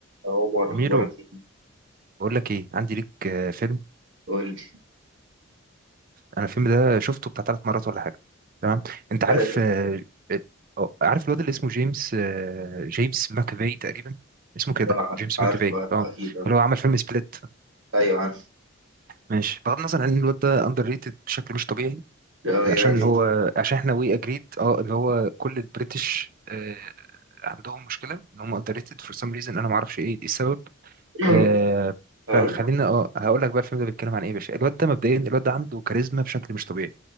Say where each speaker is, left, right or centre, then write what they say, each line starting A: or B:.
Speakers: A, on the right; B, on the right.
A: عمر أخبارك
B: أميرو
A: إيه؟
B: بقول لك إيه عندي ليك آه، فيلم
A: قول لي
B: أنا الفيلم ده شفته بتاع ثلاث مرات ولا حاجة تمام أنت عارف
A: تلاتة
B: آه، ال- آه، عارف الواد اللي اسمه جيمس آه، جيمس ماكافي تقريبا اسمه كده
A: آه،
B: جيمس
A: عارفه
B: ماكافي
A: عارفه
B: اه
A: أكيد عارفه
B: اللي هو عمل فيلم سبليت
A: أيوه عارف
B: ماشي بغض النظر عن ان الواد ده اندر ريتد بشكل مش طبيعي
A: آه
B: آه،
A: يعني
B: عشان هو عشان احنا وي اجريد اه اللي هو كل البريتش آه، عندهم مشكله ان هم اندر ريتد فور سام ريزن انا ما اعرفش ايه دي السبب
A: <clears throat>
B: آه
A: آه
B: فخلينا اه هقول لك بقى الفيلم ده بيتكلم عن ايه يا باشا الواد ده مبدئيا الواد ده عنده كاريزما بشكل مش طبيعي